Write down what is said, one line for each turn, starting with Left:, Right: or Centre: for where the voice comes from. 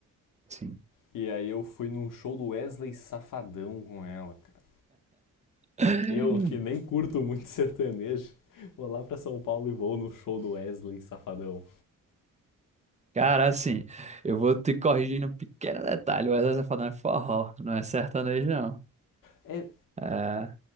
Right: Sim.
Left: e aí eu fui num show do Wesley Safadão com ela, cara.
Right: <laughs>
Left: Eu, que nem curto muito <laughs> sertanejo, vou lá pra São Paulo e vou no show do Wesley Safadão.
Right: Cara, assim, eu vou te corrigindo um pequeno detalhe, mas essa fala é forró, não é sertanejo, não.
Left: É...
Right: É.